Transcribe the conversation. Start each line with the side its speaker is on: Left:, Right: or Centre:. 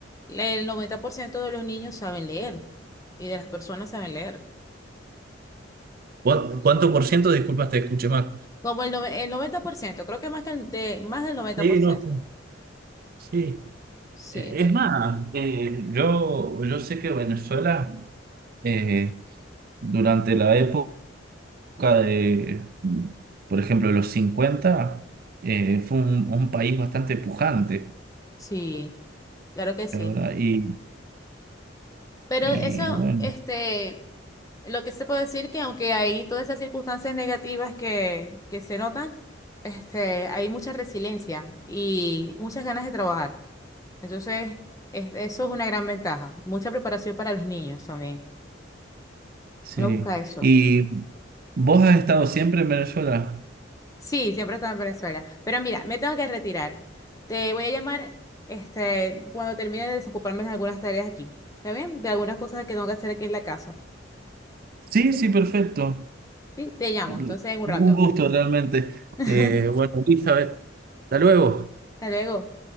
Left: El 90% de los niños saben leer y de las personas saben leer.
Right: ¿Cuán- ¿Cuánto por ciento? Disculpas, te escuché mal.
Left: Como el, nove- el 90% creo que más, que el de, más del noventa
Right: Sí,
Left: por ciento
Right: no, está- sí.
Left: Sí,
Right: Eh,
Left: entu-
Right: Es más, eh, yo, yo sé que Venezuela, eh, durante la época época de, por ejemplo, de los 50 eh, fue un, un país bastante pujante,
Left: sí, claro que sí.
Right: ¿verdad? Y,
Left: Pero
Right: y
Left: eso,
Right: bueno,
Left: este, Lo que se puede decir que aunque hay todas esas circunstancias negativas que, que se notan, este, hay mucha resiliencia y muchas ganas de trabajar. Entonces, es- eso es una gran ventaja. Mucha preparación para los niños también.
Right: sí.
Left: Uno busca eso.
Right: ¿Y vos has estado siempre en Venezuela?
Left: Sí, siempre está en Venezuela. Pero mira, me tengo que retirar. Te voy a llamar este, cuando termine de desocuparme de algunas tareas aquí. ¿Está bien? De algunas cosas que tengo que hacer aquí en la casa.
Right: Sí,
Left: Sí,
Right: sí, perfecto.
Left: Sí, te llamo.
Right: El-
Left: Entonces, en un
Right: Un
Left: rato.
Right: gusto realmente.
Left: <laughs> Hasta
Right: Eh, bueno, Elizabeth, hasta luego.
Left: luego.